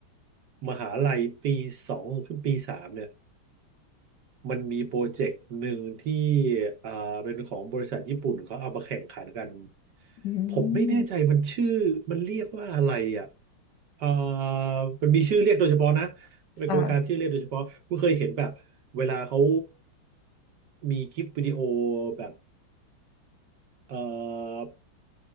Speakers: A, on the right; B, on the left.
A: มหาลัยปีสองขึ้นปีสามเนี่ย มันมีโปรเจกต์หนึ่งที่อ่าเป็นของบริษัทญี่ปุ่นเขาเอามาแข่งขันกัน
B: อื
A: ผมไม่แน่ใจมันชื่อ
B: ม
A: มันเรียกว่าอะไรอ่ะอ่ามันมีชื่อเรียกโดยเฉพาะนะเป็นโครงการชื่อเรียกโดยเฉพาะคุณเคยเห็นแบบเวลาเขา
B: ค่ะ
A: มีคลิปวิดีโอแบบ เอ่อ